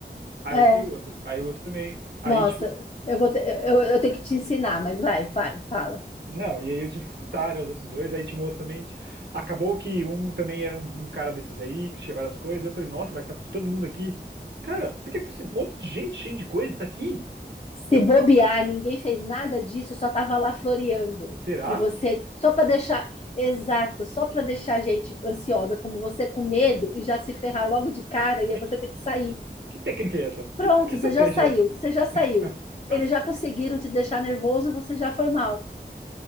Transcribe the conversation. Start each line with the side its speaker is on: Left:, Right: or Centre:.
Right: Aí
Left: É,
Right: foi o outro. Aí o outro também. Aí,
Left: nossa,
Right: tipo,
Left: eu vou ter, eu, eu tenho que te ensinar, mas vai, vai, fala.
Right: Não, e aí eu tive que escutar, né, os outros dois. Aí tinha um outro também. ti- Acabou que um também era um, um cara desses aí, que tinha várias coisas. Eu falei, nossa, mas tá todo mundo aqui. Cara, por que que esse monte de gente cheio de coisa tá aqui?
Left: Se
Right: Eu-
Left: bobear, ninguém fez nada disso, só estava lá floreando.
Right: será?
Left: E você, só para deixar, exato, só para deixar a gente ansiosa, como você com medo e já se ferrar logo de cara, e
Right: Mas
Left: aí você
Right: que,
Left: ter que sair.
Right: que técnica é essa?
Left: Pronto,
Right: Que, que estratégia
Left: você já saiu,
Right: é essa?
Left: você já saiu.
Right: <laughs>
Left: Eles já conseguiram te deixar nervoso, você já foi mal.